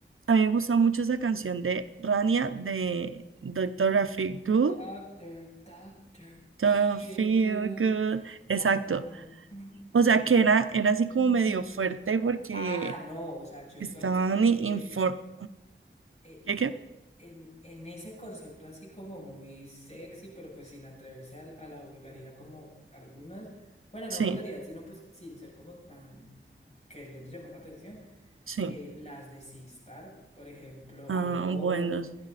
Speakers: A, on the right; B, on the left.
A: a mí me gusta mucho esa canción de Rania de Dr. Feel Good.
B: Doctor, doctor,
A: Don't
B: feel
A: feel
B: good.
A: good.
B: Mm,
A: Exacto.
B: mm, mm,
A: O
B: mm,
A: sea, que era,
B: mm,
A: era así como
B: mm.
A: medio fuerte porque
B: Ah, no, o sea, yo
A: estaban
B: digamos que
A: infor...
B: eh, eh,
A: ¿Qué,
B: eh,
A: qué?
B: en, en ese concepto así como muy sexy, pero pues sin atreverse al- a, la vulgaridad como algunas, bueno, no
A: Sí,
B: vulgaridad, sino pues sin ser como tan queriendo llamar la atención,
A: sí.
B: eh, las de Sistar, por ejemplo,
A: Ah,
B: Alone,
A: bueno,